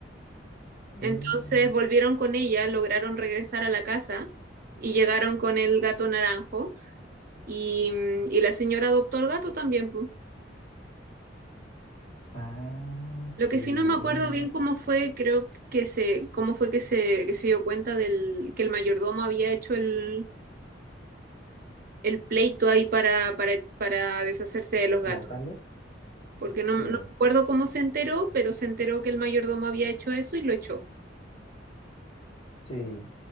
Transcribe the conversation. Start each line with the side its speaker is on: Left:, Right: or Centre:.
Left: Mm,
Right: Entonces volvieron con ella, lograron regresar a la casa y llegaron con el gato naranjo y, mm, y la señora adoptó al gato también, pu.
Left: ah,
Right: Lo
Left: sí,
Right: que sí no me
Left: ya
Right: acuerdo
Left: más
Right: bien
Left: o
Right: cómo fue, creo que se, cómo fue que se, que se dio cuenta del, que el mayordomo había hecho el, el pleito ahí para, para, para deshacerse de los
Left: ¿Votarlos?
Right: gatos. Porque no,
Left: Sí,
Right: no me acuerdo cómo se enteró, pero se enteró que el mayordomo había hecho eso y lo echó.
Left: sí,